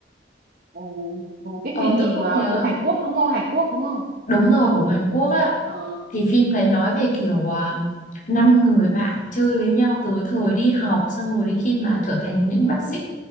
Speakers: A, on the right; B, on the left.
A: Ờ, ờ, Cái
B: ờ
A: phim
B: tôi
A: gì
B: không
A: mà
B: nhớ
A: của Hàn Quốc đúng không Hàn Quốc đúng không
B: Đúng rồi, của Hàn Quốc á.
A: ờ
B: Thì phim đấy nói về kiểu à, năm người bạn chơi với nhau từ thời đi học xong rồi đi khi mà trở thành những bác sĩ